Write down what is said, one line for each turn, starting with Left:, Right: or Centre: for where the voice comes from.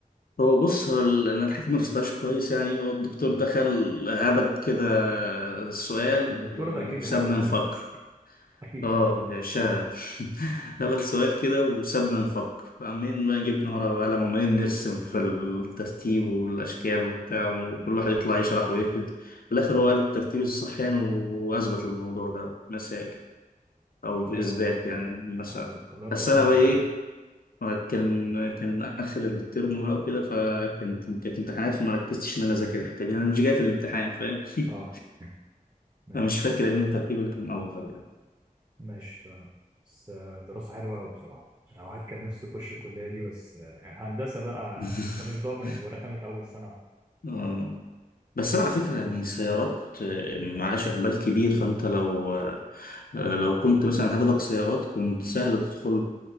Left: هو بص هو ال- انا الحته ما درستهاش كويس يعني هو الدكتور
Right: مم.
Left: دخل هبت كده السؤال
Right: الدكتور
Left: وسابنا
Right: ده اكيد بيحب العربيات
Left: نفكر
Right: اكيد
Left: اه بيعشقها <laughs> هبت سؤال كده وسابنا نفكر عمالين بقى جبنا ورقة وقلم وعمالين نرسم في الترتيب والأشكال وبتاع وكل واحد يطلع يشرح ويكتب
Right: مم.
Left: في الآخر هو قال الترتيب الصح يعني وأثبت الموضوع ده مسائل أو
Right: طب
Left: بإثبات
Right: حلو والله
Left: يعني مسائل
Right: على- والله دراسه
Left: بس أنا
Right: ممتعه
Left: بقى إيه كان كان آخر الترم بقى وكده فكنت كانت امتحانات فما ركزتش إن أنا أذاكر الحتة دي أنا مش جاي في الامتحان فاهم <laughs>
Right: اه مم. ماشي
Left: فمش فاكر إن الترتيب اللي كان أفضل يعني
Right: ماشي تمام بس آه، دراسه حلوه قوي بصراحه يعني واحد كان نفسه يخش الكليه دي بس آه، هندسه بقى
Left: <laughs>
Right: انت مش ضامن ورخمت اول سنه
Left: آه. بس انا على فكره يعني السيارات آه، معلهاش اقبال كبير فانت لو آه، آه، لو كنت مثلا هدفك سيارات كنت سهل تدخل